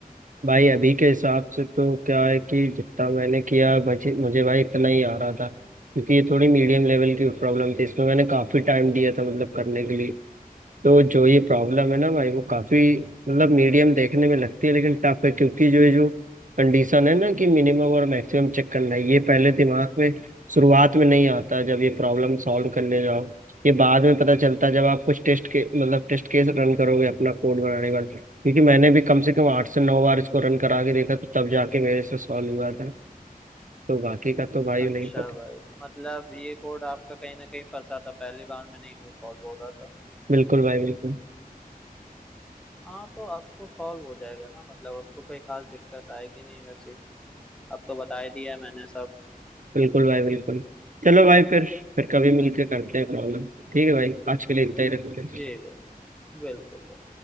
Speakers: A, on the right; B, in the centre.
A: भाई अभी के हिसाब से तो क्या है कि जितना मैंने किया बचे मुझे भाई इतना ही आ रहा था क्योंकि ये थोड़ी मीडियम लेवल की प्रॉब्लम थी इसमें मैंने काफ़ी टाइम दिया था मतलब करने के लिए तो जो ये प्रॉब्लम है ना भाई वो काफी मतलब मीडियम देखने में लगती है लेकिन टफ है क्योंकि जो ये जो कंडीशन है ना कि मिनिमम और मैक्सिमम चेक करना है ये पहले दिमाग में शुरुआत में नहीं आता जब ये प्रॉब्लम सॉल्व करने जाओ ये बाद में पता चलता है जब आप कुछ टेस्ट के मतलब टेस्ट केस रन करोगे अपना कोड बनाने के बाद क्योंकि मैंने भी कम से कम आठ से नौ बार इसको रन करा के देखा तो तब जाके मेरे से सॉल्व हुआ था तो बाकी का तो भाई
B: अच्छा
A: नहीं पता
B: भाई मतलब ये कोड आपका कहीं ना कहीं फंसा था पहली बार में नहीं वो सॉल्व हो रहा था
A: बिल्कुल भाई बिल्कुल
B: हाँ तो अब तो सॉल्व हो जाएगा ना मतलब अब तो कोई खास दिक्कत आएगी नहीं वैसे अब तो बता ही दिया मैंने सब
A: बिल्कुल भाई बिल्कुल चलो भाई फिर फिर कभी मिलके करते हैं प्रॉब्लम ठीक है भाई आज के लिए इतना ही रखते
B: जी
A: हैं
B: बिल्कुल बिल्कुल